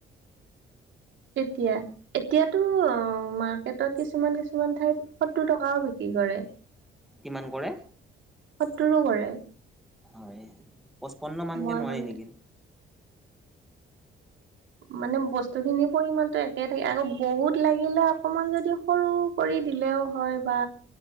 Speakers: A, on the right (about 75°); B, in the centre.
A: তেতিয়া এতিয়াতো অ, মাৰ্কেটত কিছুমান- কিছুমান ঠাইত সত্তৰ টকাও বিক্ৰী কৰে।
B: কিমান কৰে।
A: সত্তৰো কৰে।
B: হয়, পঁচপন্ন মানকে
A: মই
B: নোৱাৰি
A: মানে
B: নেকি।
A: মানে বস্তু খিনি পৰিমানটো একে থাকে আকৌ বহুত লাগিলে অকমান যদি সৰু কৰি দিলেও হয় বা